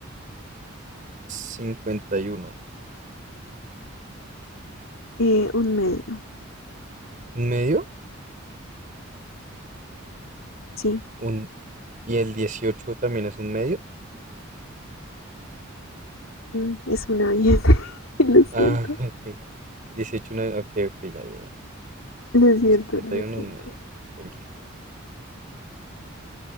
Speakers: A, on the right; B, on the left.
A: cincuenta y uno
B: eh, un medio,
A: ¿Un medio?
B: sí,
A: Un, ¿Y el 18 también es un medio?
B: mm, es una bien, <laughs> lo siento,
A: Ah, <laughs> ok. 18 no es- ok, ok, ya, ya, ya.
B: lo siento,
A: 51
B: lo siento.
A: es medio. Tranquilo.